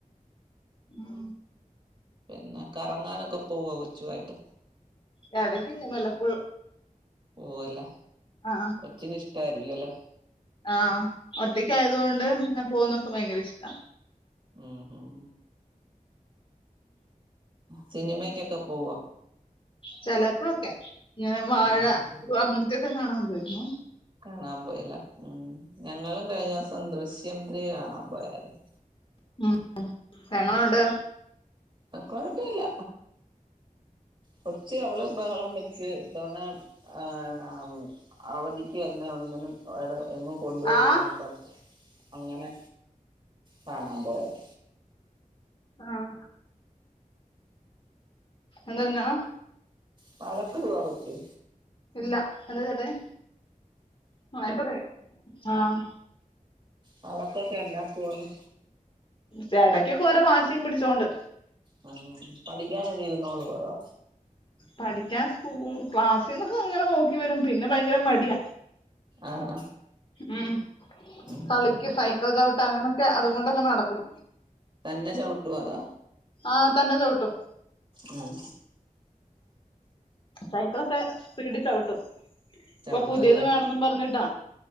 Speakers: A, on the left; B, on the right.
A: ഉം.
B: പിന്നെ കറങ്ങാനൊക്കെ പോവ കൊച്ചു ആയിട്ട്.
A: ഇടക്കൊക്കെ വല്ലപ്പോഴും
B: പോവു അല്ലേ
A: ആ
B: കൊച്ചിന് ഇഷ്ട ആയിരിക്കുല്ല
A: ആഹ് ഒറ്റക്ക് ആയത് കൊണ്ട്ങ്ങെനെ പോകുന്നൊക്കെ ഭയങ്കര ഇഷ്ട
B: ഉം ഹും സിനിമക്കൊക്കെ പോവോ
A: ചിലപ്പോഴൊക്കെ ഇങ്ങനെ വാഴ
B: ഉം ഉം
A: ടു അങ്ങനത്തൊക്കെ കാണാൻ പോയിരുന്നു.
B: കാണാൻ പോയില്ല ഉം ഞങ്ങളും കഴിഞ്ഞ ദിവസം ദൃശ്യം ത്രീ കാണാൻ പോയായിരുന്നു
A: ഉം എങ്ങനുണ്ട്
B: ആ കുഴപ്പില്ല കൊച്ച് അവള് ബഹളം വെച്ച് ഇതവണ ആഹ് അവധിക്ക് എന്നന്നെ ഒന്നിനും അവിടെ ഒന്നും കൊണ്ട്പോയില്ലെന്നും
A: ആ
B: പറഞ്ഞു അങ്ങനെ കാണാൻ പോയത
A: ആഹ് എന്ത്ഞ്ഞാ?
B: വഴക്കിടുവ കൊച്ച്
A: ഇല്ല എന്താ ചേട്ടായി ഇപ്പ കഴിയും ആഹ്
B: വഴക്കൊക്കെ ഉണ്ടാക്കുവോന്ന്
A: ചേടക്കൊക്കെ ഓരോ വാശിയും പിടിച്ചോണ്ട്
B: ആ ഹ്പഠിക്കാൻ കഴിയില്ലെന്ന് ഓള് പറോ
A: പഠിക്കാൻ സ്കൂ ക്ലാസ്സിൽ നിന്നൊക്കെ നോക്കി വരും പിന്നെ ഭയങ്കര മടിയ
B: ആണോ.
A: ഉം
B: ഉം
A: കളിക്ക്
B: ഉം
A: സൈക്കൾ ചവിട്ട് അങ്ങനൊക്കെ അതുകൊണ്ടൊക്കെ നടക്കും
B: തന്നെ ചവിട്ടുവോ അതോ
A: ആഹ് തന്നെ ചവിട്ടും
B: ഉം
A: സൈക്കിളൊക്കെ സ്പീഡ് ചവിട്ടും ഇപ്പൊ
B: ചവിട്ടുവല്ലേ
A: പുതിയത് വേണെന്നും പറഞ്ഞിട്ടാ